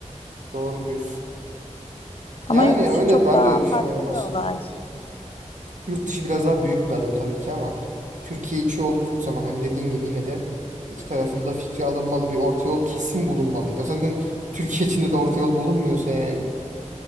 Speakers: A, on the right; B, on the left.
A: Doğru diyorsun.
B: Ama
A: Yani
B: yurt dışı
A: öyle
B: çok
A: ben
B: daha
A: de öyle
B: farklı
A: düşünüyorum
B: bir
A: aslında.
B: olay.
A: Yurt dışı biraz daha büyük bir adım tabii ki ama Türkiye içi olduğu zaman hani dediğin gibi yine de iki tarafında fikri alınmalı bir orta yol kesin bulunmalı. Ya zaten Türkiye içinde de orta yol bulunmuyorsa yani